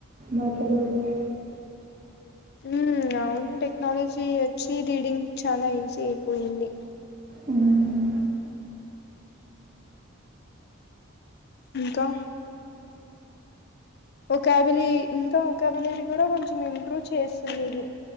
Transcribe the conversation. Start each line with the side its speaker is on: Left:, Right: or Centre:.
Right: బాగ్ చదవొచ్చు
Left: ఊమ్ ఔను టెక్నాలజీ వచ్చి రీడింగ్ చాలా ఈజీ ఐపోయింది
Right: హ్మ్.
Left: ఇంకా ఒక్యాబులి ఇంకా ఒక్యాబులరి గుడ కొంచెమింప్రూ చేస్తుందిది